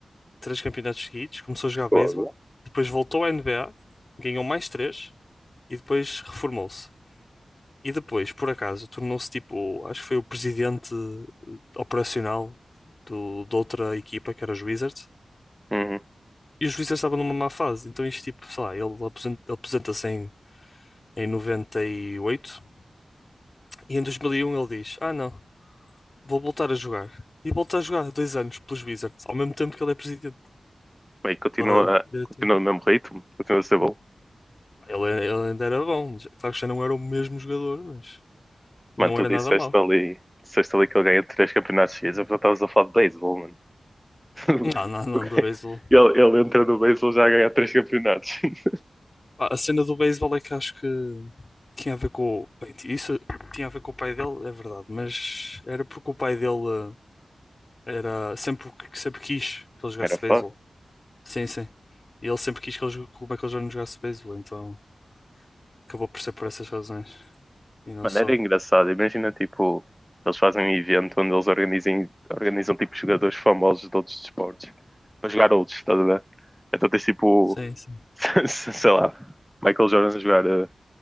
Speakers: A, on the left (about 35°); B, in the centre.
A: três campeonatos seguidos, começou a jogar
B: Foda.
A: beisebol, depois voltou à NBA, ganhou mais três e depois reformou-se. E depois, por acaso, tornou-se tipo, acho que foi o presidente eh, operacional do, de outra equipa, que era os Wizards,
B: Uhum.
A: E o juiz estava numa má fase, então isto tipo, sei lá, ele aposenta- ele aposenta-se em, em noventa e oito e em 2001 ele diz: Ah, não, vou voltar a jogar. E volta a jogar dois anos pelos Wizards, ao mesmo tempo que ele é presidente.
B: Bem, continua,
A: lá diretor.
B: continua no mesmo ritmo, continua a ser bom.
A: Pá, Ele, ele ainda era bom, já- claro que já não era o mesmo jogador, mas não
B: Mano, tu
A: era
B: disseste
A: nada mau.
B: ali, disseste ali que ele ganha três campeonatos seguidos, eu já estavas a falar de beisebol, mano. <laughs>
A: Não, não, não,
B: O gajo-
A: do beisebol.
B: Ele, ele entra no beisebol já a ganhar três campeonatos. <laughs>
A: Pá, A cena do beisebol é que acho que tinha a ver com. o- Bem, isso tinha a ver com o pai dele, é verdade, mas era porque o pai dele. eh, Era sempre, o que- sempre quis que ele jogasse
B: Era foda.
A: beisebol. Sim, sim. E ele sempre quis que ele, jo- que o Michael Jordan jogasse beisebol, então acabou por ser por essas razões e não
B: Mano,
A: só.
B: era engraçado. Imagina, tipo, eles fazem um evento onde eles organizem, organizam, tipo, jogadores famosos de outros desportos para jogar outros, estás a ver? Então tens, tipo,
A: Sim, sim.
B: <laughs> sei lá, Michael Jordan a jogar eh,